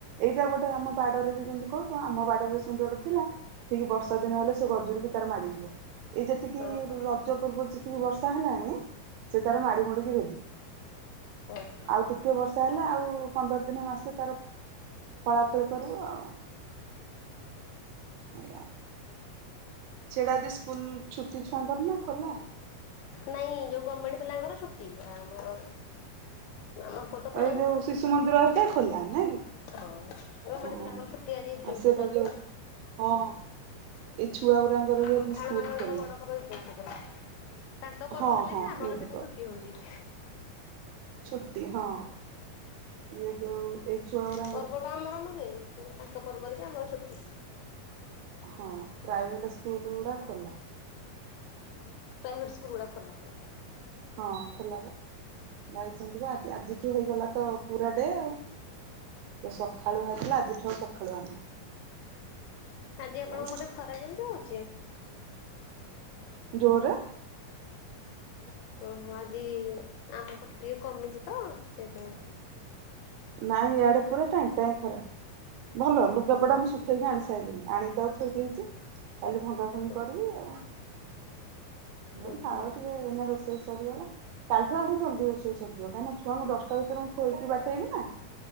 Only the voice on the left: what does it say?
ଓହୋ
ହଁ
ନାଇଁ ଯୋଉ ଗମେଣ୍ଟ ପିଲାଙ୍କର ଛୁଟି, ଆମର ଆମ ତ ପ୍ରାଇଭେଟ
ଓହୋ ଗମେଣ୍ଟ
ପିଲାଙ୍କର ଛୁଟି ଆଜି ଇଦ
ଉଲ
ଫିତର।
ପଠାଣ
ମାନଙ୍କର
ବଡ ପର୍ବ ତାଙ୍କ
ପର୍ବ ହେଲେ
ବି ଆମର
ସେଇଟା
ଛୁଟି ହଉଚି।
ପର୍ବଟା ଆମର ନୁହେଁ କିନ୍ତୁ ତାଙ୍କ ପର୍ବରେ ବି ଆମର ଛୁଟି।
ପ୍ରାଇଭେଟ ସ୍କୁଲ ଗୁଡା ଖୋଲା ହଁ।
ଆଜି
ଆପଣଙ୍କ ପଟେ
ଖରା କେମିତି ହଉଚି?
ଓହୋ ଆଜି ଆମ ପଟେ ଟିକେ କମିଚି ତ ସେଇଥିପାଇଁ।
ଓ
ହୋ।
ହୁଁ
ହୁଁ
ହୁଁ